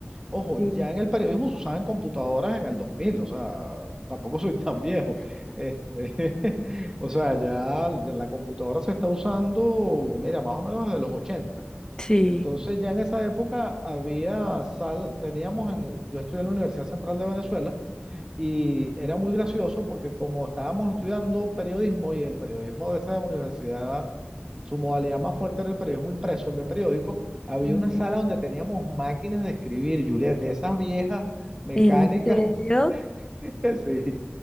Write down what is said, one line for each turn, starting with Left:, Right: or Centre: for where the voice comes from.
Right: ojo,
Left: Sí.
Right: ya en el periodismo se usaban computadoras en el 2000, o sea, tampoco soy tan viejo. Este, <laughs> o sea, ya, ya la computadora se está usando, mira, más o menos desde los 80.
Left: Sí.
Right: Entonces ya en esa época había sala, teníamos en, yo estudié en la Universidad Central de Venezuela Y era muy gracioso porque como estábamos estudiando periodismo y el periodismo de esa universidad, su modalidad más fuerte era el periodismo impreso, el de periódicos, había
Left: Mm,
Right: una sala donde teníamos máquinas de escribir, Juliet, de esas viejas mecánicas,
Left: ¿En serio?
Right: <laughs> sí,